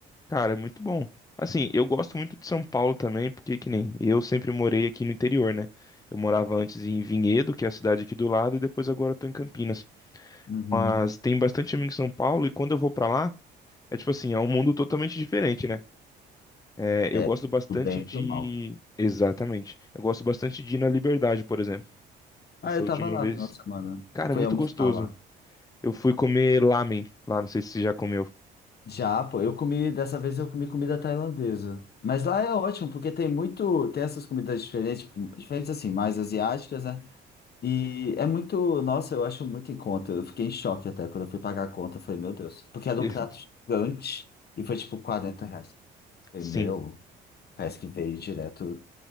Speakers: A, on the left; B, on the left.
A: Cara, é muito bom. Assim, eu gosto muito de São Paulo também, porque que nem eu sempre morei aqui no interior, né? Eu morava antes em Vinhedo, que é a cidade aqui do lado, e depois agora eu tô em Campinas.
B: Uhum.
A: Mas tem bastante amigo em São Paulo, e quando eu vou pra lá, é tipo assim, é um mundo totalmente diferente, né? É,
B: É,
A: eu gosto bastante
B: do bem e
A: de.
B: do mal.
A: Exatamente. Eu gosto bastante de ir na Liberdade, por exemplo.
B: Ah,
A: Essa
B: eu
A: última
B: tava lá
A: vez.
B: no final de semana.
A: Cara,
B: Eu fui
A: é muito
B: almoçar
A: gostoso.
B: lá.
A: Eu fui comer lamen lá, não sei se você já comeu.
B: Já, pô, eu comi, dessa vez eu comi comida tailandesa. Mas lá é ótimo, porque tem muito, tem essas comidas diferentes, tipo, diferentes assim, mais asiáticas, né? E é muito, nossa, eu acho muito em conta. Eu fiquei em choque até quando eu fui pagar a conta, eu falei, meu Deus, porque era
A: E-
B: um prato gigante e foi tipo 40 reais. Eu
A: Sim.
B: Falei, meu, parece que veio direto